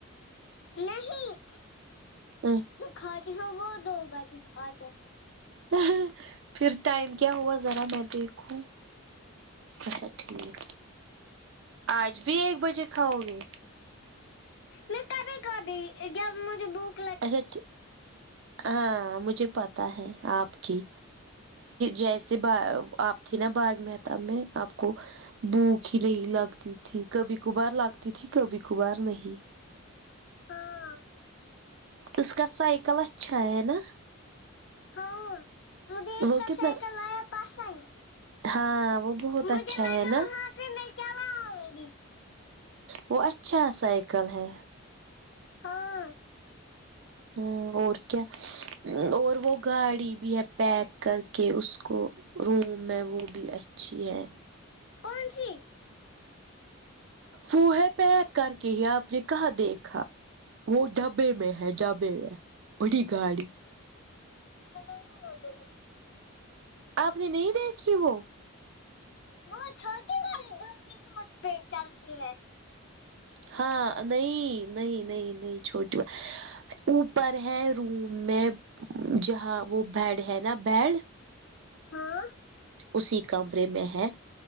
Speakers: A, on the left; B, on the right.
A: نہیں
B: ہ
A: کھاتے ہیں وہ دو بجے کھاتے ہیں
B: نہیں پھر ٹائم کیا ہوا ذرا میں دیکھوں اچھا ٹھیک آج بھی ایک بجے کھاؤ گے
A: میں کبھی کبھی جب مجھے بک
B: اچھا ٹھیک ہاں مجھے پتا ہے آپ کی جیسے با آپ تھی نا باغ محتاب میں آپ کو بھوک ہی نہیں لگتی تھی کبھی کبھار لگتی تھی کبھی کبھار نہیں
A: ہاں
B: اس کا سائیکل اچھا ہے نا
A: ہاں مجھے
B: وہ
A: اس کا
B: کتنا
A: سائیکل آیا پسند
B: ہاں وہ بہت
A: مجھے
B: اچھا
A: لگا
B: ہے نا
A: وہاں پہ میں چلاؤں گی
B: وہ اچھا سائیکل ہے
A: ہاں
B: ہمم اور کیا اور وہ گاڑی بھی ہے پیک کر کے اس کو او میں وہ بھی اچھی ہے
A: کونسی
B: وہ ہے پیک کر کے آپ نے کہاں دیکھا وہ ڈبہ میں ہے ڈبہ میں بڑی گاڑی
A: م ہوڈ <unintelligible>
B: آپ نے نہیں دیکھی وہ
A: وہ چھوٹی والی بم بم پے چلتی ہے
B: ہاں نہیں نہیں نہیں نہیں چھوٹی اوپر ہے روم میں جہاں وہ بیڈ ہے نا بیڈ
A: ہاں
B: اسی کمرے میں ہے